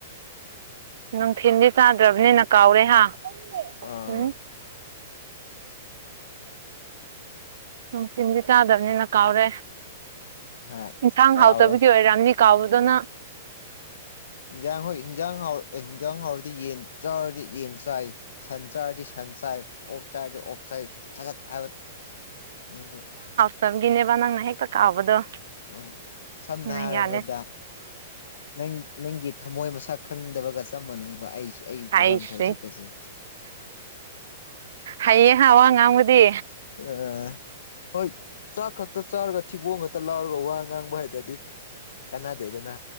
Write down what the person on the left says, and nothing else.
ꯑꯥ
ꯍꯣꯏ
ꯀꯥꯎꯔꯦ
ꯍꯤꯟꯖꯥꯡ ꯍꯣꯏ ꯍꯤꯟꯖꯥꯡ ꯍꯥꯎ ꯑ ꯍꯤꯟꯖꯥꯡ ꯍꯥꯎꯔꯗꯤ ꯌꯦꯟ ꯆꯥꯔꯗꯤ ꯌꯦꯟ ꯆꯥꯏ ꯁꯟ ꯆꯥꯔꯗꯤ ꯁꯟ ꯆꯥꯏ ꯑꯣꯛ ꯆꯥꯔꯗꯤ ꯑꯣꯛ ꯆꯥꯏꯠ ꯍꯥꯏꯕ ꯎꯝ
ꯑ <unintelligible> ꯁꯝꯅ
ꯍꯥꯏꯔꯕꯗ
ꯅꯪ ꯅꯪꯒꯤ ꯊꯝꯃꯣꯏ ꯃꯁꯛ ꯈꯪꯗꯕꯒ ꯆꯞ ꯃꯥꯟꯅꯩ ꯑꯩꯁꯨ ꯑꯩꯒꯤ
ꯐꯤꯕꯝꯁꯦ ꯍꯧꯖꯤꯛꯀꯁꯦ
ꯑ <inaudible> ꯍꯣꯏ ꯆꯥꯛ ꯈꯛꯇ ꯆꯥꯔꯒ ꯊꯤꯕꯣꯡ ꯈꯛꯇ ꯂꯥꯎꯔꯒ ꯋꯥ ꯉꯥꯡꯕ ꯍꯥꯏꯗꯔꯗꯤ ꯀꯅꯥ ꯗꯦꯗꯅ